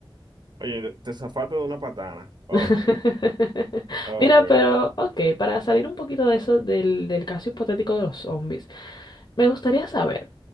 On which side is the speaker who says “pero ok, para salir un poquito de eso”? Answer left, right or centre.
Left